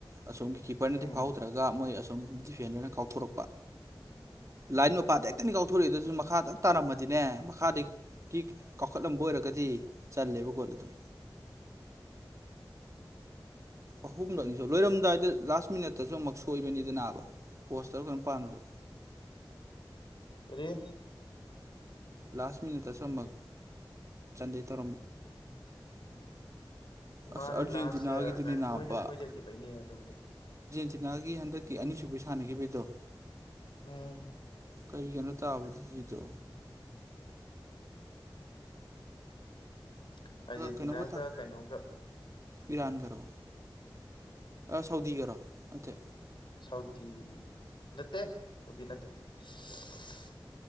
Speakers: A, on the right (about 35°); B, on the left (about 70°).
A: ꯑꯁꯣꯝꯒꯤ ꯀꯤꯞꯄꯔꯅꯗꯤ
B: ꯎꯝ
A: ꯐꯥꯍꯧꯗ꯭ꯔꯒ ꯃꯣꯏ ꯑꯁꯣꯝ ꯗꯤꯐꯦꯟꯗꯔꯅ ꯀꯥꯎꯊꯣꯔꯛꯄ
B: ꯎ <inaudible>
A: ꯂꯥꯏꯟ ꯃꯄꯥꯗ ꯍꯦꯛꯇꯅꯤ ꯀꯥꯎꯊꯣꯔꯛꯏꯗꯨꯖꯨ ꯃꯈꯥꯗ ꯇꯥꯔꯝꯃꯗꯤꯅꯦ ꯃꯈꯥꯗ ꯒꯤ ꯀꯥꯎꯈꯠꯂꯝꯕ ꯑꯣꯏꯔ ꯗꯤ ꯆꯜꯂꯦꯕ ꯒꯣꯜꯗꯣ ꯗꯨꯝ ꯑꯍꯨꯝꯂꯛꯅꯤꯁꯨ ꯂꯣꯏꯔꯝꯗꯥꯏꯗ ꯂꯥꯁ ꯃꯤꯅꯠꯇꯁꯨ ꯑꯃꯛ ꯁꯣꯏꯕꯅꯤꯗ ꯅꯥꯕ ꯄꯣꯁ ꯇꯔ ꯀꯩꯅꯣꯝ ꯄꯥꯟꯕꯥꯗꯨ
B: ꯔꯦ
A: ꯂꯥꯁ ꯃꯤꯅꯤꯠꯇꯁꯨ ꯑꯃꯛ ꯆꯥꯟꯗꯩ ꯇꯧꯔꯝ ꯑꯁ
B: ꯃꯥꯅꯦ
A: ꯑꯥꯔꯖꯦꯟꯇꯤꯅꯥꯒꯤꯗꯨꯅꯤ
B: ꯂꯥꯁ ꯑꯥ
A: ꯅꯥꯕ
B: ꯃꯣꯏꯅ ꯁꯣꯏꯖꯈꯤꯕꯩꯅꯦ ꯑꯗꯨꯕꯨꯗꯤ
A: ꯆꯤꯅꯥꯒꯤ ꯍꯟꯗꯛꯀꯤ ꯑꯅꯤꯁꯨꯕꯩ ꯁꯥꯟꯅꯈꯤꯕꯩꯗꯣ
B: ꯎꯝ
A: ꯀꯩꯒꯅꯣ ꯇꯥꯕꯗꯨ ꯁꯤꯗꯣ
B: <inaudible> ꯑꯔꯖꯦꯟꯇꯤꯅꯥꯒ
A: ꯀꯩꯅꯣꯝꯒ ꯇꯥ
B: ꯀꯅꯣꯒ
A: ꯏꯔꯥꯟꯒꯔꯣ ꯁꯥꯎꯗꯤꯒꯔꯣ ꯅꯠꯇꯦ
B: ꯁꯥꯎꯗꯤ ꯅꯠꯇꯦ ꯁꯥꯎꯗꯤ ꯅꯠꯇꯦ ꯁ